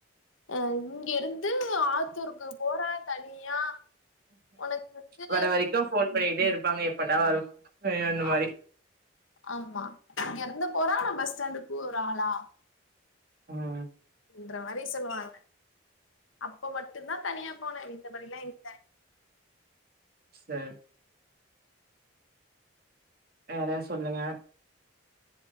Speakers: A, on the left (about 80°); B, on the right (about 50°).
A: அ இங்கிருந்து ஆத்தூருக்கு போற தனியா உனக்கு வந்து
B: வர வரைக்கு ஃபோன் பண்ணிட்டே இருப்பாங்க எப்படா வரு அந்த
A: ஆ
B: மாரி
A: ஆமா இங்கறந்து போறா ஆனா பஸ் ஸ்டாண்டுக் ஒரு ஆளா
B: ம்
A: ன்ற மாரி சொல்லுவாங்க அப்ப மட்டு தா தனியா போன மித்த படில்லா எங்க
B: சேர் வேற சொல்லுங்க